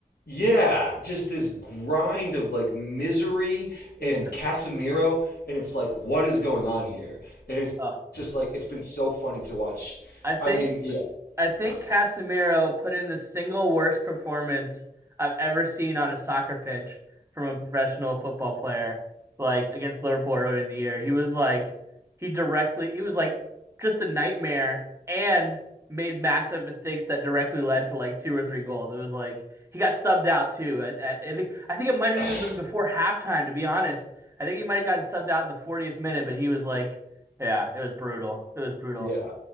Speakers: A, on the left; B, on the right.
A: yeah, just this grind of like misery
B: Yeah.
A: and Casemiro, and it's like, what is going on here? And it's
B: Oh,
A: just like it's been so funny to watch.
B: I think
A: I mean, yeah,
B: I think
A: no,
B: Casemiro put in the single worst performance I've ever seen on a soccer pitch from a professional football player, like against Liverpool earlier in the year. He was like, he directly, he was like just a nightmare and made massive mistakes that directly led to like two or three goals. It was like he got subbed out too. I, I, I think I think it might have
A: <sighs>
B: even been before halftime, to be honest. I think he might have gotten subbed out in the 40th minute, but he was like, yeah, it was brutal. It was brutal.
A: yeah,